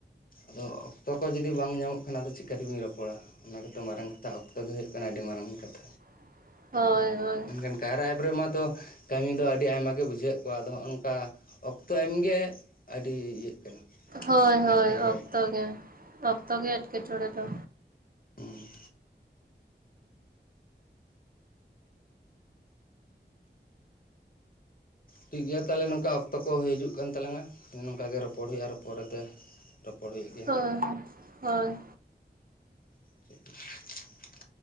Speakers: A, on the left; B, on the right.
A: ᱟᱫᱚ ᱚᱠᱛᱚ ᱠᱚ ᱡᱩᱫᱤ ᱵᱟᱝ ᱧᱟᱢᱚᱜ ᱠᱷᱟᱱ ᱟᱫᱚ ᱪᱤᱠᱠᱟᱛᱮᱵᱤᱱ ᱨᱚᱚᱲᱟ? ᱚᱱᱟ ᱜᱮᱛᱚ ᱢᱟᱨᱟᱝ ᱠᱟᱛᱷᱟ, ᱚᱠᱛᱚ ᱜᱮ ᱦᱩᱭᱩᱜ ᱠᱟᱱᱟ ᱟᱹᱰᱤ ᱢᱟᱨᱟᱝ ᱠᱟᱛᱷᱟ᱾
B: <inaudible> ᱦᱳᱭ ᱦᱳᱭ
A: ᱢᱮᱱᱠᱷᱟᱱ ᱠᱟᱭᱨᱟ ᱮᱯ ᱨᱮᱢᱟᱛᱚ ᱠᱟᱹᱢᱤ ᱫᱚ ᱟᱹᱰᱤ ᱟᱭᱢᱟ ᱜᱮ ᱵᱩᱡᱷᱟᱹᱣᱮᱫ ᱠᱚᱣᱟ ᱟᱫᱚ ᱦᱚᱸᱜᱼᱚ ᱱᱚᱝᱠᱟ ᱚᱠᱛᱚ ᱮᱢᱜᱮ ᱟᱹᱰᱤ ᱤᱭᱟᱹᱜ ᱠᱟᱱᱟ
B: ᱦᱳᱭ ᱦᱳᱭ
A: ᱮᱴᱠᱮᱴᱚᱬᱮ
B: ᱚᱠᱛᱚ
A: ᱨᱮ ᱯᱟᱲᱟᱜ ᱠᱟᱱᱟ
B: ᱜᱮ ᱚᱠᱛᱚ ᱜᱮ ᱮᱸᱴᱠᱮᱴᱚᱬᱮ ᱫᱚ
A: ᱦᱩᱸ ᱴᱷᱤᱠᱜᱮᱭᱟ ᱛᱟᱞᱦᱮ ᱱᱚᱝᱠᱟ ᱚᱠᱛᱚ ᱠᱚ ᱦᱤᱡᱩᱜ ᱠᱟᱱ ᱛᱞᱟᱝᱟ, ᱱᱚᱝᱠᱟ ᱜᱮ ᱨᱚᱯᱚᱲ ᱦᱩᱭᱩᱜᱼᱟ ᱟᱨᱚ ᱯᱚᱨᱮᱛᱮ ᱨᱚᱯᱚᱲ ᱦᱩᱭᱩᱜ ᱜᱮᱭᱟ
B: ᱦᱳᱭ ᱦᱳᱭ ᱦᱳᱭ
A: <inaudible>